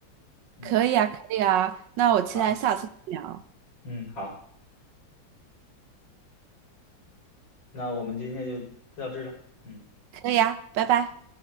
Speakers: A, on the left (about 85°); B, on the right (about 75°).
A: 嗯，
B: 可以啊，可以啊，那我期待下次再聊。
A: 好，嗯，好。那我们今天就到这儿了，嗯。
B: 可以啊，拜拜。